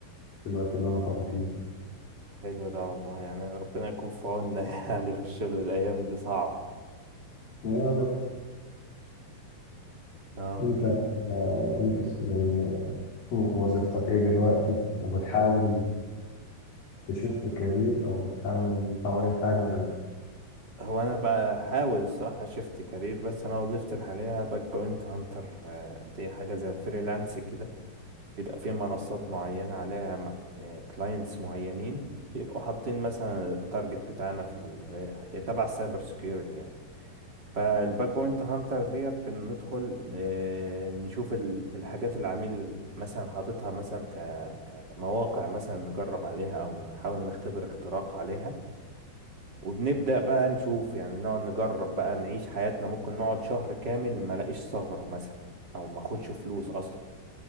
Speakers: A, on the left; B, on the right.
A: في الوقت اللي انا فاضي فيه
B: حلو ده والله يعني ربنا يكون في عوننا <laughs> يعني في الشغل الايام دي صعب
A: يا رب
B: اه
A: انت آه، انت يعني وظيفتك ايه دلوقتي وبتحاول تشفت كارير او بتحاول تغير حاجة ولا لا
B: هو انا بحاول الصراحه شفت كارير بس انا وظيفتي الحاليه باك بوينت هانتر آه، دي حاجه زي الفريلانس كده بيبقى في منصات معينه عليها كلاينتس معينين بيبقوا حاطين مثلا التارجت بتاعنا في ال... هي تبع السايبر سكيورتي يعني فالباك بوينت هانتر ديت بندخل آه، نشوف ال- الحاجات اللي العميل مثلا حاططها مثلا ك... كمواقع مثلا نجرب عليها او نحاول نختبر اختراق عليها وبنبدأ بقى نشوف يعني نقعد نجرب بقى نعيش حياتنا ممكن نقعد شهر كامل ما لاقيش ثغرة مثلا او ما اخدش فلوس اصلا